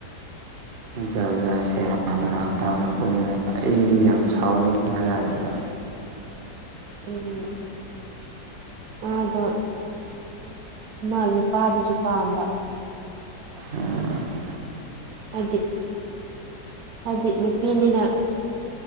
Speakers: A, on the right; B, on the right.
A: <inaudible>
B: ꯖꯥꯠ ꯖꯥꯠ ꯁꯦꯔꯥꯟ ꯇꯨꯔꯥꯟ ꯇꯧꯔꯛꯄꯗꯨꯗ ꯑꯩꯗꯤ ꯌꯥꯝ ꯁꯥꯎꯅꯤꯡꯕ ꯌꯥꯗꯦꯗ
A: ꯎꯝ ꯃꯥꯗꯣ ꯑꯃ ꯅꯨꯄꯥꯗꯨꯁꯨ ꯄꯥꯝꯕ
B: ꯎꯝ
A: ꯍꯥꯏꯗꯤ ꯍꯥꯏꯗꯤ ꯅꯨꯄꯤꯅꯤꯅ